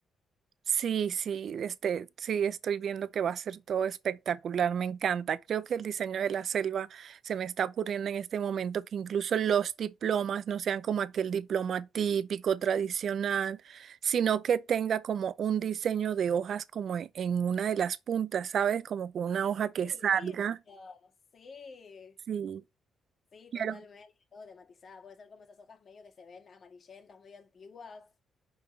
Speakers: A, on the right; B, on the left.
A: Sí, sí, este, sí, estoy viendo que va a ser todo espectacular. Me encanta. Creo que el diseño de la selva se me está ocurriendo en este momento que incluso los diplomas no sean como aquel diploma típico, tradicional, sino que tenga como un diseño de hojas como en en una de las puntas, ¿sabes? Como con una hoja que
B: ¡Qué
A: salga.
B: lindo! Sí,
A: Sí,
B: sí,
A: quiero.
B: totalmente, todo tematizado. Puede ser como esas hojas medio que se ven amarillentas, medio antiguas,